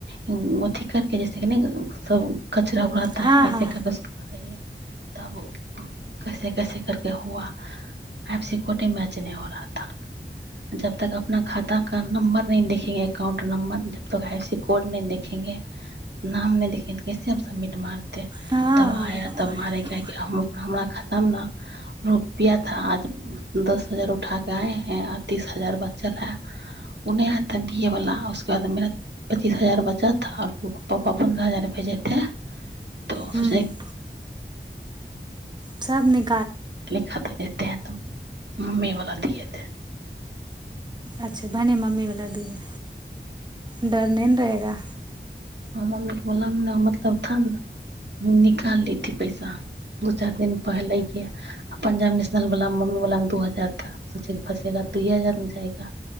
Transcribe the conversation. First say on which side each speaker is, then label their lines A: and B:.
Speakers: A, on the right; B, on the right.
A: अथ करके जस ने सब कचरा उड़ाता
B: हँ
A: ह वऐसे
B: हँ
A: करके उसको उड़इए तब कैसे कैसे करके हुआ ब सिक्यटी मैच नहि हो रहा जब तक अपना खाता का नम्बर नीं देखेंगे एकाउंट नं्बर जब तो आ सी कोड न देखखेंगे नाम न देखखेंगे त कैसे हम सबमिट मारतेै
B: हँ
A: तब
B: हँ हँ
A: आया
B: हँ
A: तब मारे क हमरा खाता मे ने रुपआथा आज दस हजार उठा के आएे हैं आ तीस हजार ब चल है ओ नहि आयता बी ए वालला उसके बाद मे पच्चीस हजार बचत आर पापा पन्द्रह हजार भेजे े तो
B: हूँ
A: सोचे
B: सब न
A: लिख तऽ देते ह मम्मी वला दएे
B: अच्छा भने मम्मी वला दए डर नहि ने रहेगा
A: ह मम्मीे बोलामे ने मतलब था ने निकाल लीथी पैसा दू चारि दिन पहिले आ पंजाब नेशनल बलामे मम्मी बलामे दू हजार ा सोचेके फँसेगा दू हजारमे जाएगा